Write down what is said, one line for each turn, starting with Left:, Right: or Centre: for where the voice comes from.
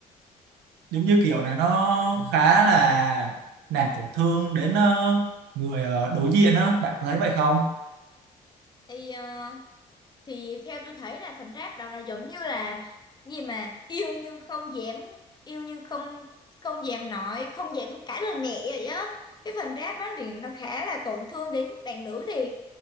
Right: giống như kiểu này nó khá là làm tổn thương đến ờ, người ờ, đối diện á bạn có thấy vậy không
Left: thì ờ, thì theo tôi thấy là phần rap đó nó giống như là gì mà yêu nhưng không dám yêu nhưng không không dám nói không dám cãi lời mẹ vậy á cái phần rap đó thì nó khá là tổn thương đến bạn nữ thiệt